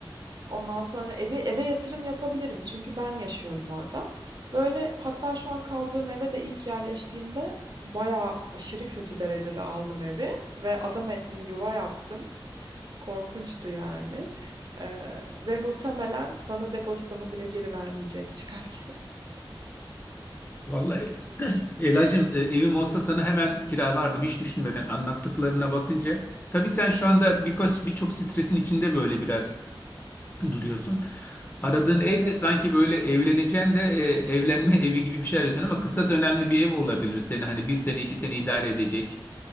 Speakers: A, on the right; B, on the left.
A: Ondan sonra eve eve yatırım yapabilirim çünkü ben yaşıyorum orada. Böyle hatta şu an kaldığım eve de ilk yerleştiğimde bayağı aşırı kötü derecede aldım evi ve adam ettim yuva yaptım. Korkunçtu yani. Ee, ve muhtemelen bana depozitomu bile geri vermeyecek çıkarken.
B: Vallahi <clears throat> Elacığım e, evim olsa sana hemen kiralardım hiç düşünmeden anlattıklarına
A: <laughs>
B: bakınca. Tabii sen şu anda birkaç birçok stresin içinde böyle biraz duruyorsun. Aradığın ev
A: Evet.
B: de sanki böyle evleneceksin de e, evlenme <laughs> evi gibi bir şey arıyorsun ama kısa dönemli bir ev olabilir seni hani bir sene iki sene idare edecek